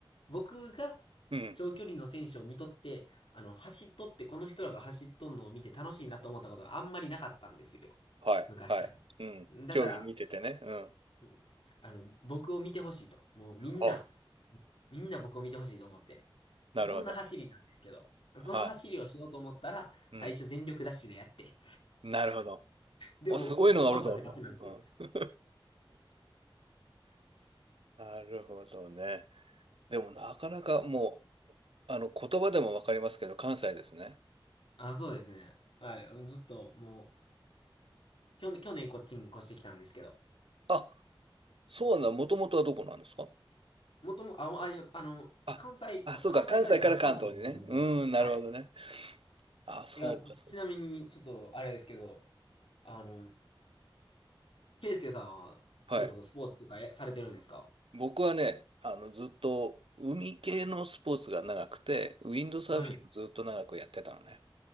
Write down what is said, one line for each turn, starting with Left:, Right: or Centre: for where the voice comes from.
Left: 僕が
Right: うん、
Left: 長距離の選手を見とって、あの、走っとってこの人らが走っとんのを見て楽しいなと思ったことがあんまりなかったんですよ。
Right: はい、
Left: 昔から。
Right: はい。うん。
Left: だから、
Right: 競技見ててね。うん。
Left: うんあの、僕を見てほしいと。もうみんな、
Right: おう、
Left: みんな僕を見てほしいと思って。
Right: なるほど。
Left: で、そんな走りなんですけど、その走りをしようと思ったら、
Right: はい。
Left: 最初全力ダッシュでやって、
Right: うん、なるほど。
Left: でも、
Right: あ、すごいのがあるぞ、
Left: 後半バテバテなんですけど。
Right: と。うん。なるほどね。でも、なかなかもう、あの、言葉でもわかりますけど、関西ですね。
Left: あ、そうですね。はい。ずっと、もう、去年、去年こっちに越してきたんですけど、
Right: あ、そうなもともとはどこなんですか
Left: もとも、あ、あ、いやあの、
Right: あ、
Left: 関西、
Right: あ、
Left: あ関西から今、
Right: そうか、関西から関東にね。
Left: 関東の方にいるんですね。
Right: うん、なるほどね。
Left: はい。
Right: あ、そうか、
Left: いや、
Right: そうか
Left: ちなみに、ちょっと、あれですけど、あの、ケイスケさんは、
Right: はい。
Left: それこそスポーツとかやされてるんですか
Right: 僕はね、あの、ずっと海系のスポーツが長くて、ウィンドサーフィンをずっと長くやってたのね。
Left: はい。